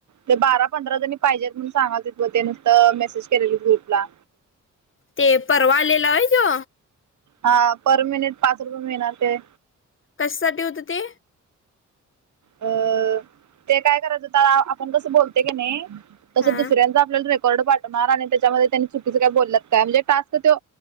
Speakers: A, on the right; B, on the left.
A: ते बारा पंधरा जणी पाहिजेत म्हणून सांगालतीत, ते नुसतं मेसेज केलेली ग्रुपला.
B: ते परवा आलेला व्हय त्यो.
A: हा पर मिनिट पाच रुपये मिळणार ते.
B: कशासाठी होतं ते?
A: अ ते काय करायच होता, आपण कसं बोलते की नाय तसं
B: हा
A: दुसऱ्यांचा आपल्याला रेकॉर्ड पाठवणार, आणि त्याच्यामध्ये त्यांनी चुकीचं काय बोलल्यात काय म्हणजे टास्क ते